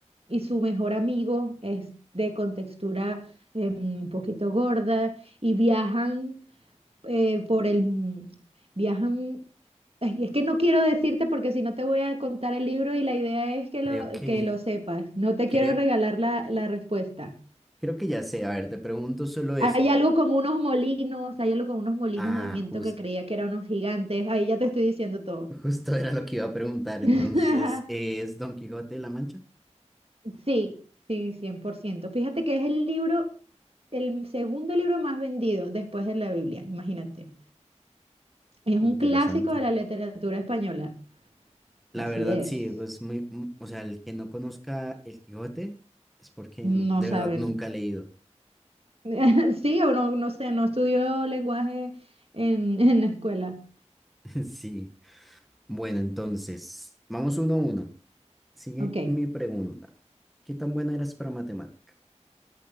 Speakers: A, on the right; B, in the centre.
A: y su mejor amigo es de contextura eh, un poquito gorda y viajan eh, por el... viajan... ay, es que no quiero decirte porque si no te voy a contar el libro y la idea es que
B: Creo
A: lo,
B: que,
A: que lo sepas. No te
B: creo,
A: quiero regalar la, la respuesta.
B: creo que ya sé. A ver, te pregunto solo esto.
A: Hay algo con unos molinos, hay algo con unos molinos
B: Ah,
A: de viento
B: jus-
A: que creía que eran unos gigantes. Ahí ya te estoy diciendo todo.
B: justo era lo que iba a preguntar.
A: <laughs>
B: Entonces, ¿es Don Quijote de la Mancha?
A: Sí, sí, cien por ciento Fíjate que es el libro, el segundo libro más vendido después de la Biblia, imagínate. Es un
B: Interesante.
A: clásico de la literatura española.
B: La
A: Así
B: verdad,
A: es.
B: sí, pues muy, mm, o sea, el que no conozca el Quijote es porque
A: No
B: de
A: saben.
B: verdad nunca ha leído.
A: <laughs> Sí, o no, no sé, no estudió lenguaje en, <laughs> en la escuela.
B: <laughs> Sí. Bueno, entonces, vamos uno a uno. Sigue
A: Ok.
B: mi pregunta. ¿Qué tan buena eras para matemática?